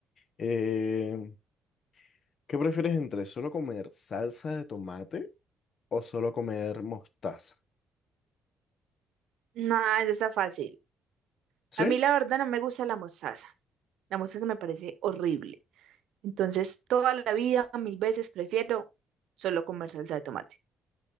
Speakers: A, on the left (about 55°); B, on the right (about 80°).
A: Em, ¿qué prefieres entre solo comer salsa de tomate o solo comer mostaza?
B: Nada, está fácil.
A: ¿Sí?
B: A mí la verdad no me gusta la mostaza. La mostaza me parece horrible. Entonces, toda la vida, mil veces prefiero solo comer salsa de tomate.